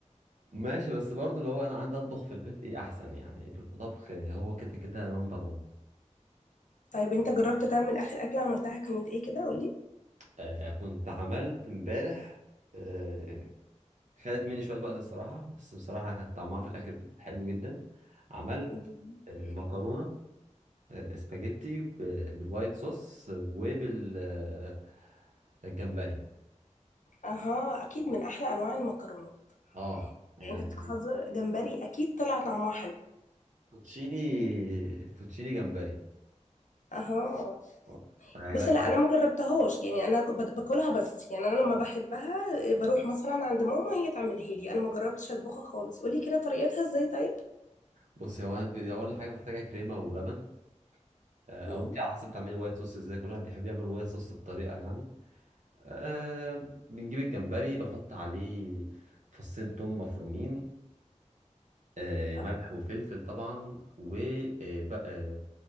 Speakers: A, on the right; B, on the left.
A: ماشي بس برضو اللي هو انا عندي اطبخ في البيت ايه احسن يعني الطبخ هو كده كده نمبر وان
B: طيب انت جربت تعمل اخر اكلة عملتها كانت ايه كده قولي
A: آه كنت عملت امبارح آه خدت مني شوية وقت الصراحة بس بصراحة كان طعمها في الاكل حلو جدا عملت
B: <laughs>
A: آه مكرونة آه سباجيتي ب- بالوايت صوص وبال آه، الجمبري
B: اها اكيد من احلى انواع المكرونات
A: اه يعني
B: يعني انت بتهزر جمبري اكيد طلع طعمها حلو
A: فوتشيني فوتشيني جمبري
B: اها
A: آه.
B: بص
A: لا
B: لا
A: كان-
B: انا ما جربتهاش يعني انا ك- بد- باكلها بس يعني انا لما بحبها إيه، بروح مثلا عند ماما هي تعملها لي انا ما جربتش اطبخها خالص قولي كده طريقتها ازاي طيب
A: بص هو انا ب- اول حاجه محتاجه كريمه ولبن آه،
B: مم.
A: او انت على حسب بتعملي وايت صوص ازاي كل واحد بيحب يعمل وايت صوص بطريقه يعني أه بنجيب الجمبري بحط عليه فصين توم مفرومين أه
B: أه.
A: ملح وفلفل طبعا و آه، ب- آه،